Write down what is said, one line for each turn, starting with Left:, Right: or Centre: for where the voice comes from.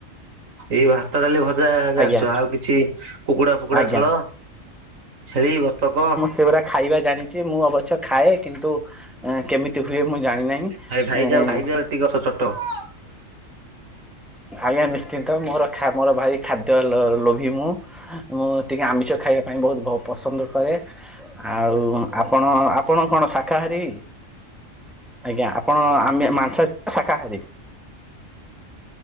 Right: ଏଇ ଭା ଭାତ ଡାଲି ଭଜା ଜାଣିଛ,
Centre: ଆଜ୍ଞା
Right: ଆଉ କିଛି କୁକୁଡା ଫୁକୁଡା
Centre: ଆଜ୍ଞା
Right: ଛୋଳ? ଛେଳି ବତକ
Centre: ସେ ଗୁରା ଖାଇବା ଜାଣିଛି, ମୁଁ ଅବଶ୍ୟ ଖାଏ କିନ୍ତୁ ଏ କେମିତି ହୁଏ ମୁଁ ଜାଣିନାହିଁ,
Right: ଭାଇ ଭାଇ
Centre: ଏଁ
Right: ଯାଉ <unintelligible>
Centre: ଆଜ୍ଞା ନିଶ୍ଚିନ୍ତ ମୋର ମୋର ଭାଇ ଖାଦ୍ୟ ଲୋଭି ମୁଁ। ମୁଁ ଟିକେ ଆମିଷ ଖାଇବା ପାଇଁ ବହୁତ ବହୁ ପସନ୍ଦ କରେ। ଆଉ ଆପଣ ଆପଣ କଣ ଶାକାହାରୀ? ଆଜ୍ଞା ଆପଣ ଆମେ ମା ମାଂସାସୀ ନା ଶାକାହାରୀ?